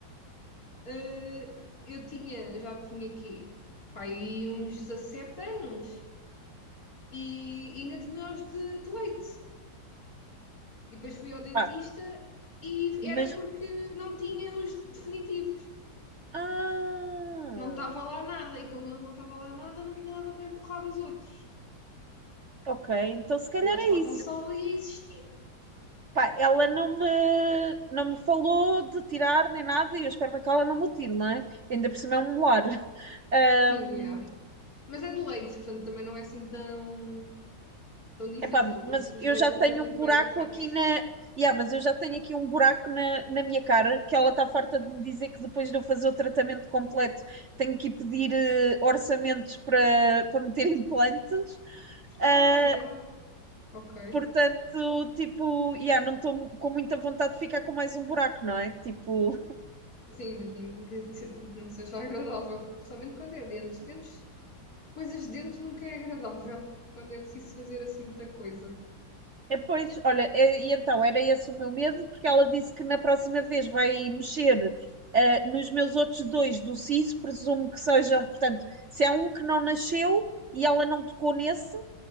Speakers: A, on the left (about 45°); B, on the right (about 45°).
A: Eh, eu tinha, já tinha aqui, pá, aí uns 17 anos e ainda tinha os de, de leite. E depois fui ao dentista
B: Pá,
A: e
B: mas.
A: era porque não tinha os definitivos.
B: Ah,
A: Não estava lá nada, e como eles não estava lá nada, não tinha nada para empurrar os outros.
B: ok, então se calhar
A: E eles
B: é
A: estavam
B: isso.
A: só ali a existir.
B: Pá, ela não me, não me falou de tirar nem nada e eu espero bem que ela não me o tire, não é? Ainda por cima é um molar. <laughs>
A: Sim, yeah. Mas é de leite, portanto também não é assim tão, tão difícil.
B: Epá, mas
A: Os, os
B: eu
A: de leite
B: já
A: não
B: tenho
A: estão muito
B: um buraco
A: bem agarrados.
B: aqui na. Yeah, mas eu já tenho aqui um buraco na, na minha cara que ela está farta de me dizer que depois de eu fazer o tratamento completo tenho que ir pedir eh, orçamentos para para meter <laughs> implantes.
A: Ah,
B: Ah,
A: yeah, ok.
B: portanto, tipo, yeah, não estou com muita vontade de ficar com mais um buraco, não é? Tipo,
A: Sim, imagino que <laughs> não seja agradável, especialmente quando é dentes. Dentes, coisas de dentes nunca é agradável, quando é preciso fazer assim muita coisa.
B: É, pois, olha, é, e então era esse o meu medo, porque ela disse que na próxima vez vai mexer ah, nos meus outros dois do siso, presumo que sejam, portanto, se há um que não nasceu e ela não tocou nesse,